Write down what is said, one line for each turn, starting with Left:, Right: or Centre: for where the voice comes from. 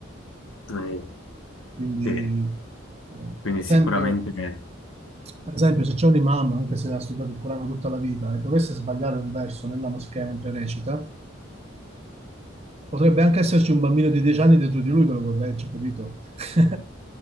Left: Eh,
Right: Quindi,
Left: sì.
Right: eh,
Left: Quindi
Right: per
Left: sicuramente.
Right: esempio, per esempio, se c'è un imam, anche se ha studiato il Corano tutta la vita, e dovesse sbagliare un verso nella moschea mentre recita, Potrebbe anche esserci un bambino di 10 anni dietro di lui che lo corregge, capito? <laughs>